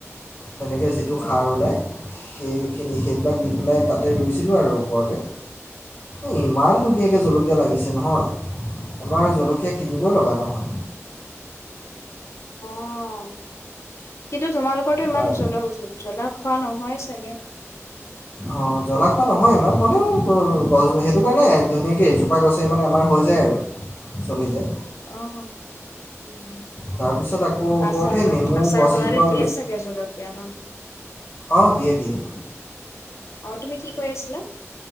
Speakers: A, on the left (about 40°); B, on the left (about 65°).
A: তেনেকে যিটো সাৰ
B: অঁ
A: ওলায় সেইখিনি সেইবিলাক দি পেলাই তাতে ৰুইছিলোঁ আৰু ওপৰতে। এই ইমান ধুনীয়াকৈ জলকীয়া লাগিছে নহয় আমাৰ জলকীয়া কিনিবই লগা নহয়।
B: অ', কিন্তু তোমালো কৰটো ইমান
A: তাৰ
B: জ্বল জ্ব জ্বলা খোৱা নহয় ছাগে।
A: অ', জ্বলা খোৱা নহয় ইমান, হ'লেও গ-গছ সেইটো কাৰণে ধুনীয়াকৈ এজোপা গছেই মানে আমাৰ হৈ যায় আৰু, চলি যায়।
B: অ', উম।
A: তাৰপিছত আকৌ ওপৰত
B: আচাৰ,
A: সেই নেমু
B: আচাৰ
A: গছ
B: বনালে
A: এজোপাও
B: দিয়ে ছাগে জলকীয়া ন'?
A: অ', দিয়ে দিয়ে।
B: অ', তুমি কি কৈ আছিলা?